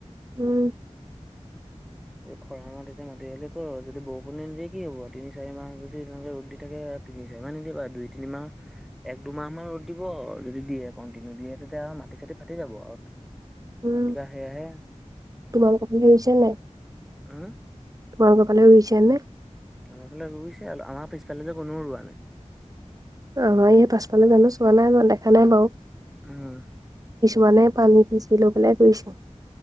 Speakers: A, on the right; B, in the centre.
A: উম।
B: খৰাঙত তেতিয়া মাতি আহিলে <unintelligible> যদি বৰষুনে নিদিয়ে কি হব, তিনি চাৰি মাহ যদি তেনেকে ৰ'দ দি থাকে তিনি চয় মাহ নিদিয়ে বাওঁ, দুই তিনিমাহ, এক দুমাহাহ ৰ'দ দি, ব যদি দিয়ে কণ্টিনিউ দিয়ে। তেতিয়া আৰু মাটি চাতি ফাটি যাব আৰু।
A: উম,
B: কিবা সেয়াহে
A: তোমালোকৰ পিনে ৰুইছে নাই।
B: উম
A: তোমালোক ফালে ৰুইছেনে?
B: আমাৰ ফালে ৰুইছে আৰু আমাৰ পিছফালে যে কোনেও ৰোৱা নাই।
A: আমাৰ এই পাছফালে জানো চোৱা নাই দেখা নাই বাৰু।
B: উম।
A: মানে পানী সিঁচি লৈ পেলাই কৰিছে।